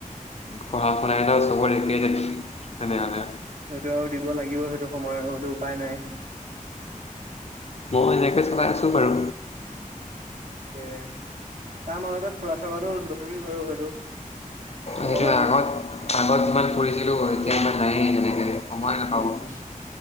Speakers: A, on the left (about 50°); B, on the right (about 65°).
A: পঢ়া শুনাই <unintelligible> তেনেহলে
B: সেইটো আৰু দিব লাগিব সেইটো সময় আৰু সেইটো উপাই নাই।
A: মই এনেকৈ চলাই আছো বাৰু
B: <inaudible> তাৰ মাজতে ফুৰা চকাটো জৰুৰী বাৰু হয়টো
A: সেইটো
B: অকমান
A: আগত আগত যিমান ফুৰিছিলো এতিয়া ইমান নায়েই তেনেকে সময় নাপাব
B: উম